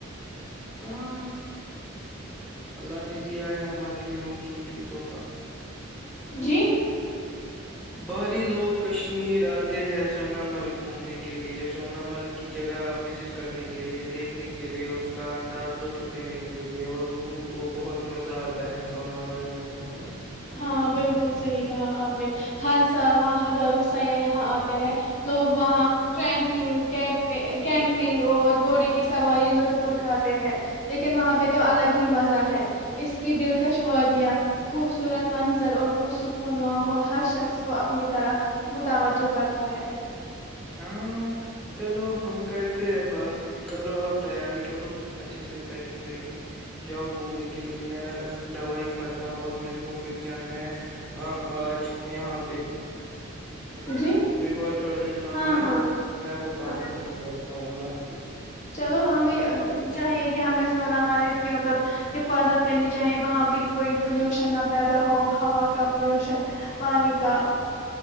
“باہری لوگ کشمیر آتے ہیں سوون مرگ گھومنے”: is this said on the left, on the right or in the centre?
Centre